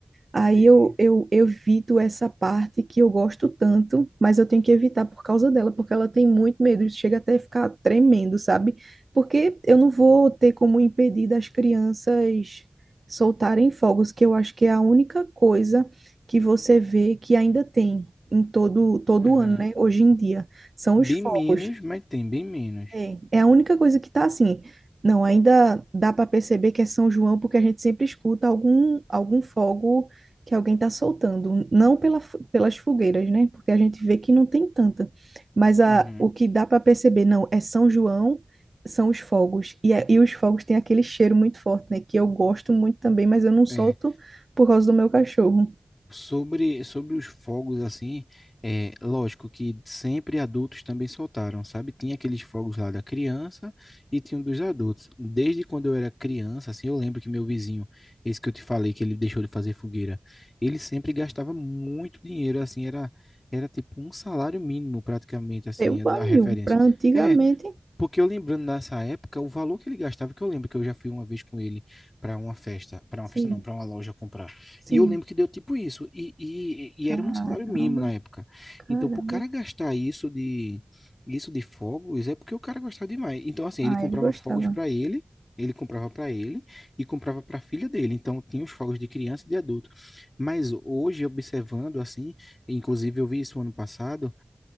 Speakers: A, on the right (about 70°); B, on the left (about 45°).
A: Aí
B: Entendi.
A: eu, eu evito essa parte que eu gosto tanto, mas eu tenho que evitar por causa dela, porque ela tem muito medo, chega até a ficar tremendo, sabe? Porque eu não vou ter como impedir das crianças soltarem fogos, que eu acho que é a única coisa que você vê que ainda tem em todo, todo
B: Uhum.
A: ano, né? Hoje em dia, são
B: Bem
A: os fogos.
B: menos, mas tem bem menos.
A: É, é a única coisa que tá assim. Não, ainda dá para perceber que é São João porque a gente sempre escuta algum algum fogo que alguém tá soltando, não pela, f- pelas fogueiras, né? Porque a gente vê que não tem tanta. Mas a,
B: Uhum.
A: o que dá para perceber, não, é São João, são os fogos. E, é- e os fogos têm aquele cheiro muito forte, né? Que eu gosto muito também, mas eu não solto
B: É.
A: por causa do meu cachorro.
B: Sobre, sobre os fogos, assim, é lógico que sempre adultos também soltaram, sabe? Tinha aqueles fogos lá da criança e tinha um dos adultos. Desde quando eu era criança, assim, eu lembro que meu vizinho, esse que eu te falei, que ele deixou de fazer fogueira, ele sempre gastava muito dinheiro, assim, era, era tipo um salário mínimo praticamente, assim,
A: Eu, amigo,
B: a a referência.
A: pra antigamente,
B: É, porque eu lembrando nessa época, o valor que ele gastava, que eu lembro que eu já fui uma vez com ele para uma festa, para uma
A: sim,
B: festa não, para uma loja comprar.
A: sim.
B: E eu lembro que deu tipo isso. E, e,
A: Caramba,
B: e era um salário mínimo na época.
A: caramba.
B: Então, pro cara gastar isso de isso de fogos, é porque o cara gostava demais. Então, assim,
A: Ah,
B: ele comprava
A: ele gostava.
B: fogos para ele, ele comprava para ele e comprava para a filha dele. Então, tinha os fogos de criança e de adulto. Mas hoje, observando assim, inclusive eu vi isso ano passado,